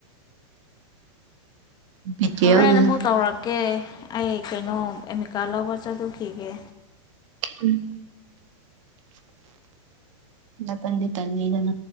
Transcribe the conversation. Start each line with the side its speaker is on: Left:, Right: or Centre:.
Right: ꯕꯤꯠ
Left: ꯍꯣꯔꯦꯟꯦꯟ
Right: ꯌꯥꯎꯗꯦꯗ
Left: ꯑꯃꯨꯛ ꯇꯧꯔꯛꯀꯦ ꯑꯣ ꯀꯀꯦ ꯑꯩ ꯀꯩꯅꯣ ꯑꯦꯃꯤꯀꯥ ꯂꯧꯕ ꯆꯠꯊꯈꯤꯒꯦ
Right: ꯎꯝ ꯏ ꯇꯗꯤ ꯇꯪꯔꯝ